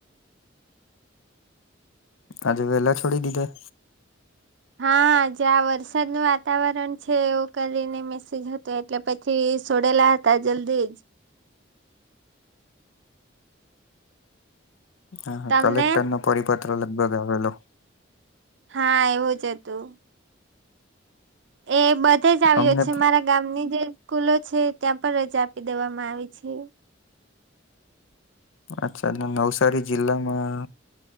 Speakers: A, on the left; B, on the right.
A: આજે વેલા છોડી દીધા?
B: હા, આજે આ વરસાદનું વાતાવરણ છે એવું કરીને મેસજ હતો એ ટલે પછી છોડેલા હતા જલ્દીજ.
A: હા,
B: તમને
A: કલેક્ટરનો પરિપત્ર લગભગ આવેલો.
B: હા એવું જ હતું. એ બધે જ આવ્યો
A: અમને
B: છે મારા ગામની જે સ્કૂલો છે ત્યાં પણ રજા આપી દેવામાં આવી છે.
A: અચ્છા નવસારી જિલ્લામાં